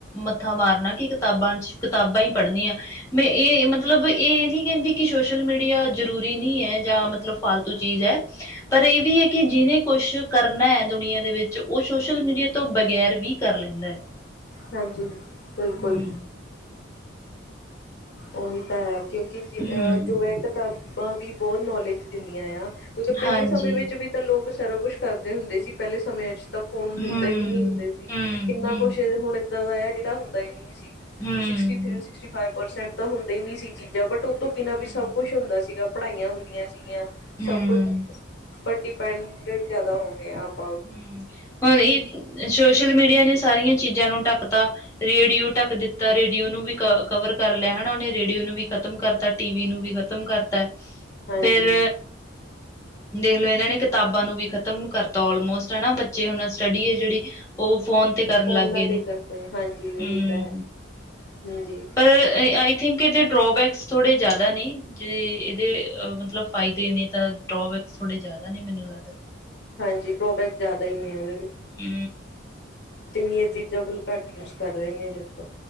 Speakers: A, on the left (about 15°); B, on the left (about 60°).
A: ਮੱਥਾ ਮਾਰਨਾ, ਕਿ ਕਿਤਾਬਾਂ ਚ, ਕਿਤਾਬਾਂ ਹੀ ਪੜ੍ਹਨੀਆਂ ਮੈਂ ਇਹ ਮਤਲਬ ਇਹ ਇਹ ਨੀ ਕਹਿੰਦੀ, ਕਿ ਸੋਸ਼ਲ ਮੀਡੀਆ ਜ਼ਰੂਰੀ ਨਹੀਂ ਹੈ, ਜਾਂ ਮਤਲਬ ਫਾਲਤੂ ਚੀਜ਼ ਹੈ। ਪਰ ਇਹ ਵੀ ਹੈ, ਕਿ ਜਿਹਨੇ ਕੁਛ ਕਰਨਾ ਹੈ, ਦੁਨੀਆਂ ਦੇ ਵਿੱਚ, ਉਹ ਸੋਸ਼ਲ ਮੀਡੀਆ ਤੋਂ ਬਗੈਰ ਵੀ ਕਰ ਲੈਂਦਾ ਹੈ।
B: ਹਾਂਜੀ ਬਿਲਕੁਲ
A: ਹੂੰ,
B: ਉਹੀ ਤਾਂ ਹੈ, ਕਿਉਂਕਿਹ
A: ਹੂੰ,
B: ਜੋ ਹੈ ਕਿਤਾਬਾਂ ਵੀ ਬਹੁਤ ਨੌਲੇਜ ਦਿੰਦੀਆਂ ਆ ਕਿਉਂਕਿ ਪਹਿਲੇ
A: ਹਾਂਜੀ।
B: ਸਮਯ ਵਿੱਚ ਵੀ ਤਾਂ ਲੋਕ ਸਾਰਾ ਕੁਛ ਕਰਦੇ ਹੁੰਦੇ ਸੀ, ਪਹਿਲੇ ਸਮੇਆਂ ਚ। ਤਾਂ ਫੋਨ ਹੁੰਦੇ
A: ਹੂੰ,
B: ਵੀ ਨੀ ਹੁੰਦੇ ਸੀ,
A: ਹੂੰ,
B: ਕਿੰਨਾ
A: ਹੂੰ,
B: ਕੁਛ ਹੁਣ ਏਦਾਂ ਦਾ ਆ, ਜਿਹੜਾ ਹੁੰਦਾ ਹੀ ਨਹੀਂ
A: ਹੂੰ,
B: sixty four, sixty five percent ਤਾਂ ਹੁੰਦਾ ਹੀ ਨੀ ਸੀ ਚੀਜ਼ਾਂ ਬਟ ਤੋਂ ਬਿਨਾਂ
A: ਹੂੰ।
B: ਵੀ ਸਭ ਕੁੱਛ ਹੁੰਦਾ ਸੀਗਾ, ਪੜ੍ਹਾਈਆਂ ਹੁੰਦੀਆਂ ਸੀਗੀਆਂ,
A: ਹੂੰ,
B: ਸਭ ਕੁਛ ਹੁੰ। ਪਰ ਡਿਪੈਂਡਡ ਜ਼ਿਆਦਾ ਹੋਗੇ ਆਪ
A: ਹੂ, ਹੁਣ ਇਹ ਸੋਸ਼ਲ ਮੀਡੀਆ ਨੇ ਸਾਰੀਆਂ ਚੀਜ਼ਾਂ ਨੂੰ ਢੱਕ ਤਾ। ਰੇਡੀਓ ਢੱਕ ਦਿੱਤਾ, ਰੇਡੀਓ ਨੂੰ ਵੀ ਕ ਕਵਰ ਕਰ ਲਿਆ, ਹਨਾ। ਉਹਨੇ ਰੇਡੀਓ ਨੂੰ ਵੀ ਖ਼ਤਮ ਕਰ ਦਿੱਤਾ ਤਾਂ ਟੀ ਵੀ ਨੂੰ ਵੀ ਖ਼ਤਮ ਕਰ ਫਿਰ
B: ਹਾਂਜੀ
A: ਦੇਖ ਲਓ, ਇਹਨਾਂ ਨੇ ਕਿਤਾਬਾਂ ਨੂੰ ਵੀ ਖ਼ਤਮ ਕਰਤਾ ਆਲਮੋਸਟ ਹੈ ਨਾ ਬੱਚੇ ਹੁਣ ਸਟੱਡੀ ਹੈ ਜਿਹੜੀ ਉਹ ਫੋਨ ਤੇ ਕਰਨ
B: ਫੋਨਾਂ
A: ਲੱਗ ਗਏ ਨੇ
B: ਤੇ ਹੀ ਕਰਦੇ ਹਾਂਜੀ, ਉਹੀ
A: ਹੂੰ
B: ਤਾਂ ਹੈ ਹਾਂਜੀ
A: ਪਰ ਆਈ ਥਿੰਕ ਇਹਦੇ ਡਰੋਬੈਕਸ ਥੋੜੇ ਜਿਆਦਾ ਨੇ, ਜ ਇਹਦੇ ਮਤਲਬ ਫਦੇ ਨੇ ਤਾਂ ਡਬੈਕ ਥੋੜੇ ਜਿਆਦਾ ਨੇ ਮੈਨੂੰ ਲੱਗਦਾ।
B: ਹਾਂਜੀ ਡਰੋਬੈਕ ਜ਼ਿਆਦਾ ਹੀ ਨਹੀਂ ਹੈ ਉਹਦੇ
A: ਹੂੰ,
B: ਜਿੰਨੀਆਂ ਚੀਜ਼ਾਂ ਕੋਲ ਘੱਟ ਯੂਜ ਕਰ ਰਹੇ ਨੇ ਲੋਕ